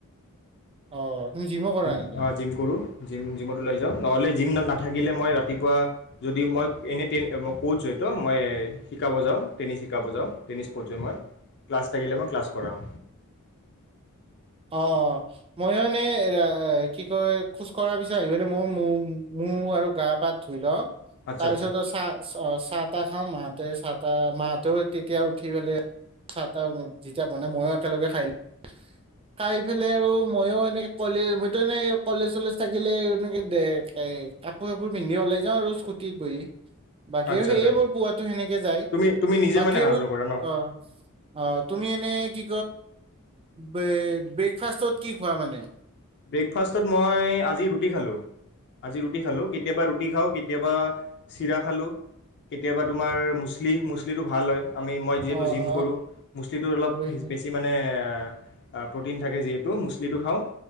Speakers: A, on the right; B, on the left.
A: অ, তুমি জিমো কৰা নি
B: অ ', জিম কৰো জিম-জিমত ওলাই যাওঁ নহলে জিম না-নাথাকিলে মই ৰাতিপুৱা, যদি মই এনেই তে-মই ক'চ হয়তো মই শিকাব যাওঁ, টেনিছ শিকাব যাওঁ টেনিছ ক'চ হয় মই ক্লাছ থাকিলে মই ক্লাছ কৰাওঁ।
A: অ', অ', মই এনে এ, কি কয় খোজ কঢ়াৰ পিছত আহি পেলাই মইও মো-মোহ আৰু গা পা ধুই ল
B: আচ্ছা
A: তাৰপিছত
B: আচ্ছা
A: চা-চ-চাহ তাহ খাওঁ, মাহতে চাহ মা হেতেও তেতিয়া উ <unintelligible> মানে ময়ো একেলগে খাই ল খাই পেলাই আৰু মইও এনেকে কলে, মইতো এনেই কলেজ-চলেজ থাকিলে এনেকে দে-কে-কাপোৰ আপোৰ পিন্ধি ওলাই যাওঁ আৰু স্কুটিত বহি। বাকী
B: আচ্ছা
A: আৰু সেয়ে
B: আচ্ছা
A: মোৰ পুৱোতো সেনেকে যায়,
B: তুমি তুমি নিজে
A: বাকী
B: মানে অহা
A: আৰু
B: যোৱা কৰা ন
A: অ, অ, তুমি এনে কি <unintelligible> বে-ব্ৰেকফাষ্টত কি খোৱা মানে।
B: ব্ৰেকফাষ্টত মই আজি ৰুটি খালোঁ, আজি ৰুটি খালোঁ কেতিয়াবা ৰুটি খাওঁ কেতিয়াবা চিৰা খালোঁ কেতিয়াবা তোমাৰ মুচলি মুচলিটো ভাল হয়। আমি মই যিহেতু
A: অ
B: জিম
A: অ
B: কৰোঁ মুছলিটো অলপ
A: হয়
B: বেছি মানে <unintelligible> প্ৰ'টিন থাকে যিহেতু মুছলিটো খাওঁ।